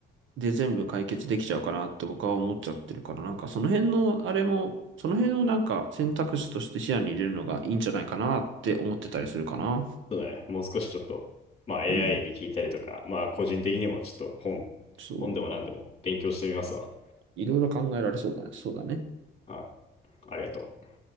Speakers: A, on the right; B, on the left.
A: で全部解決できちゃうかなって僕は思っちゃってるから、なんかその辺のあれも、その辺をなんか選択肢として視野に入れるのがいいんじゃないかなって思ってたりするかな。
B: そうだね、もう少しちょっと、まあ、AI
A: うん。
B: に聞いたりとか、まあ、個人的にもちょっと本、
A: そう。
B: 本でも何でも勉強してみますわ。
A: いろいろ考えられそうだね。そうだね。
B: あ、ありがとう。